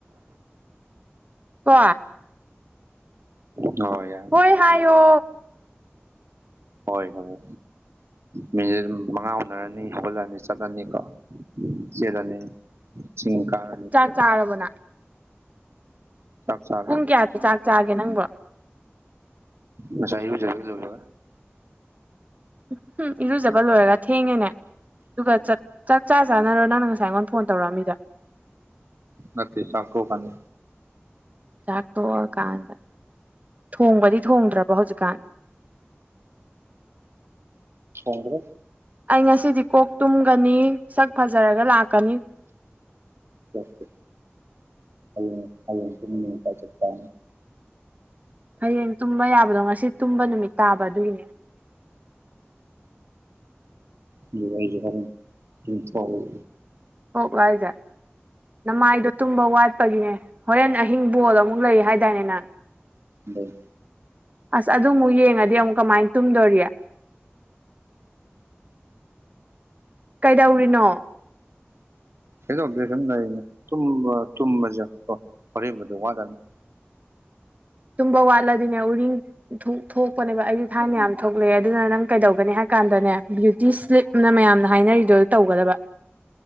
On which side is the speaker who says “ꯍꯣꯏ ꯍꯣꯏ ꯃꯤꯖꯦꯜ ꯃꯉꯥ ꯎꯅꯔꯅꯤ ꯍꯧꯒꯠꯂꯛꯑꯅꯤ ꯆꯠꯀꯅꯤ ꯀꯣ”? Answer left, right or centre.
Right